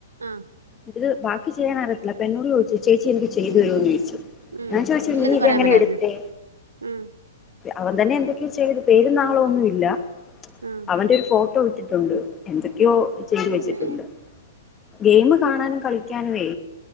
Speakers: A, on the right; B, on the left.
A: ആഹ്
B: ഇത് ബാക്കി ചെയ്യാൻ അറിയത്തില്ല അപ്പെന്നോട് ചോയിച്ചു ചേച്ചി എനിക്ക് ചെയ്തരോന്ന് ചോയിച്ചു
A: ഉം
B: ഞാൻ ചോയിച്ചു
A: ഇല്ലെന്ന്
B: നീ ഇതങ്ങനെ
A: പറയാൻ മേലായിരുന്നു
B: എട്ത്തേ
A: ഉം
B: അവൻ തന്നെ എന്തൊക്കെയൊ ചെയ്ത് പേരും നാളും ഒന്നുല്ല
A: ആ
B: അവന്റെ ഒരു ഫോ ട്ടൊ ഇട്ടിട്ടുണ്ട് എന്തൊക്കെയോ ചെയ്ത്
A: ദൈവമേ.
B: വെച്ചിട്ടുണ്ട് ഗെയിമ്കാണാനും കളിക്കാനുവെ